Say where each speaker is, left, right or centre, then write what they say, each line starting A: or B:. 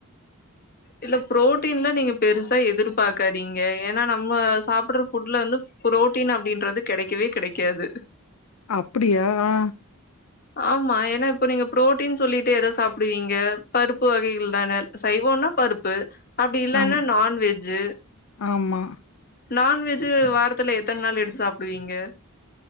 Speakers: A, on the left; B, on the left.
A: இல்ல புரோட்டீன்ல நீங்க பெருசா எதிர்பாக்காதீங்க ஏன்னா நம்ம சாப்பிடுற ஃபுட்ல வந்து புரோட்டீன் அப்டின்றது கெடைக்கவே கெடைக்காது
B: அப்புடியா ஆ
A: ஆமா ஏன்னா இப்ப நீங்க புரோட் டின் சொல்லிட்டு ஏதோ சாப்புடுவீங்க பருப்பு வகைகள் தான சைவோன்னா பருப்பு அப்டி இல்லன்னா
B: ஆமா
A: நான்வெஜ்ஜு
B: ஆமா
A: நான்வெஜ்ஜூ வாரத்துல எத்தன் நாள் எடுத்து சாப்டுவீங்க?